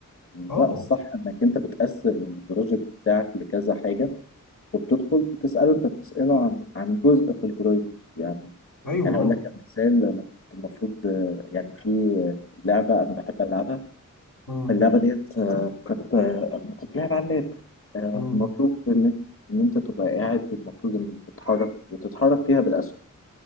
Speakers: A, on the left; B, on the left.
A: لا
B: اه
A: الصح إنك أنت بتقسم البروجكت بتاعك لكذا حاجة وبتدخل بتسأله أنت بتسأله عن عن جزء في البروجكت يعني
B: ايوه
A: يعني
B: اه
A: اقول لك على مثال انا كنت المفروض آه، يعني في لعبه انا بحب العبها
B: مم.
A: اللعبه ديت آه، كانت آه، بتتلعب على اللاب آه،
B: مم.
A: مطلوب انك ان انت تبقى قاعد والمفروض ان بتتحرك بتتحرك فيها بالاسهم